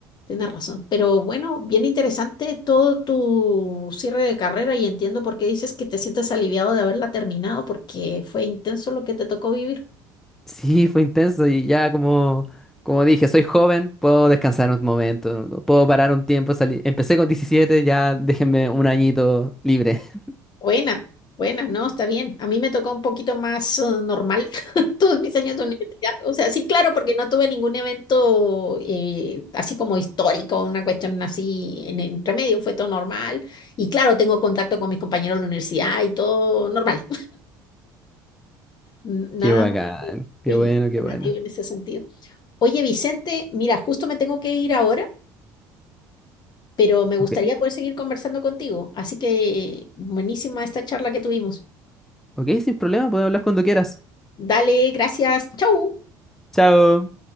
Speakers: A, on the left; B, in the centre.
A: tienes razón. Pero bueno, bien interesante todo tu cierre de carrera y entiendo por qué dices que te sientes aliviado de haberla terminado porque fue intenso lo que te tocó vivir.
B: Sí, fue intenso y ya como, como dije, soy joven, puedo descansar un momento, puedo parar un tiempo, salir. Empecé con 17 ya déjenme un añito libre. <laughs>
A: Buena, buena, no, está bien. A mí me tocó un poquito más eh, normal <laughs> todos mis años de universidad. O sea, sí, claro, porque no tuve ningún evento eh, así como histórico, una cuestión así en entre medio, fue todo normal. Y claro, tengo contacto con mis compañeros de la universidad y todo normal. N- Nada
B: Qué bacán,
A: muy,
B: qué
A: muy
B: bueno, qué
A: llamativo
B: bueno.
A: en ese sentido. Oye, Vicente, mira, justo me tengo que ir ahora, pero me gustaría
B: Ok,
A: poder seguir conversando contigo. Así que buenísima esta charla que tuvimos.
B: ok, sin problema, puedo hablar cuando quieras.
A: Dale, gracias. Chau.
B: Chao.